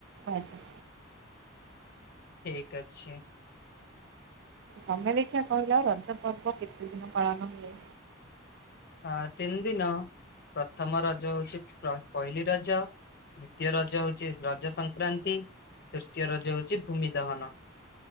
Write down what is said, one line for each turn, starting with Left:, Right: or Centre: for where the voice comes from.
Right: ଆଛା
Left: ଠିକ୍ ଅଛି
Right: ତମେ ଦେଖିଆ କହିଲ ରଜ ପର୍ବ କେତେ ଦିନ ପାଳନ ହୁଏ?
Left: ଆ ତିନି ଦିନ ପ୍ରଥମ ରଜ ହଉଛି ପ୍ର ପହିଲି ରଜ। ଦ୍ଵିତୀୟ ରଜ ହଉଛି ରଜ ସଂକ୍ରାନ୍ତି ତୃତୀୟ ରଜ ହଉଛି ଭୂମି ଦହନ।